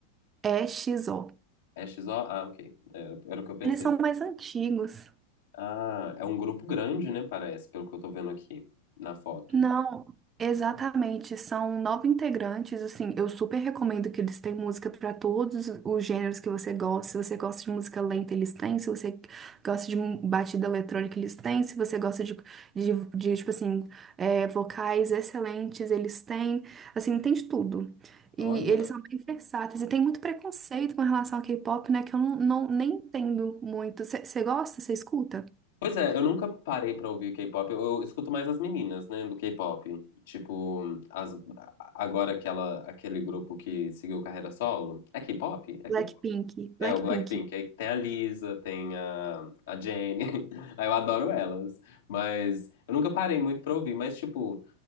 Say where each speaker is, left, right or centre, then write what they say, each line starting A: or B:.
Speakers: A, on the right; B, on the left.
A: E X O.
B: É XO? Ah, ok. Era, era o que eu pensei.
A: Eles são mais antigos.
B: Ah, é um grupo grande, né? Parece, pelo que eu tô vendo aqui na foto.
A: Não, exatamente. São nove integrantes. Assim, eu super recomendo que eles têm música para todos os gêneros que você gosta. Se você gosta de música lenta, eles têm. Se você gosta de batida eletrônica, eles têm. Se você gosta de, de, de, tipo assim, é, vocais excelentes, eles têm. Assim, tem de tudo. E
B: Olha.
A: eles são bem versáteis. E tem muito preconceito com relação ao K-pop, né? Que eu não, não- nem entendo muito. Você gosta? Você escuta?
B: Pois é, eu nunca parei pra ouvir K-pop. Eu, eu escuto mais as meninas, né, do K-pop. Tipo, as, agora aquela, aquele grupo que seguiu carreira solo. É K-pop? É
A: Blackpink,
B: K-pop. É,
A: Blackpink,
B: o Blackpink. Aí tem a Lisa, tem a, a Jennie. <laughs> Aí eu adoro elas. Mas eu nunca parei muito pra ouvir. Mas, tipo.